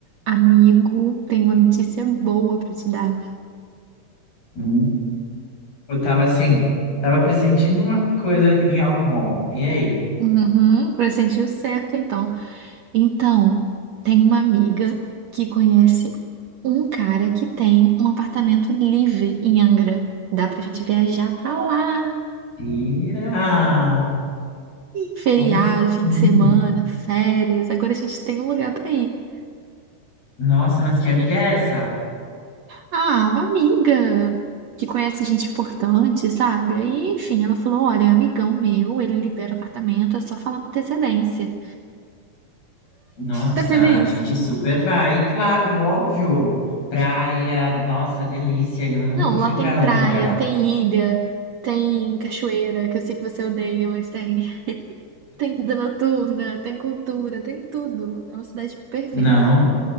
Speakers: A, on the right; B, on the left.
A: Amigo, tenho uma notícia boa pra te dar.
B: Hum. Eu tava assim, tava pressentindo uma coisa que vinha algo bom. E aí?
A: Uhum, pressentiu certo, então. Então, tem uma amiga que conhece um cara que tem um apartamento livre em Angra. Dá pra gente viajar pra lá.
B: Ira!
A: Feriado,
B: Como assim?
A: fim de semana, férias. Agora a gente tem um lugar pra ir.
B: Nossa, mas que amiga é essa?
A: Ah, uma amiga que conhece gente importante, sabe? Aí, enfim, ela falou: Olha, amigão meu, ele libera apartamento, é só falar com antecedência.
B: Nossa,
A: Tá feliz?
B: a gente super vai, claro, óbvio. Praia, nossa, delícia. Eu nunca
A: Não,
B: fui
A: lá tem
B: pra
A: praia,
B: Angra.
A: tem ilha, tem cachoeira, que eu sei que você odeia, mas tem. <laughs> Tem vida noturna, tem cultura, tem tudo. É uma cidade perfeita.
B: Não,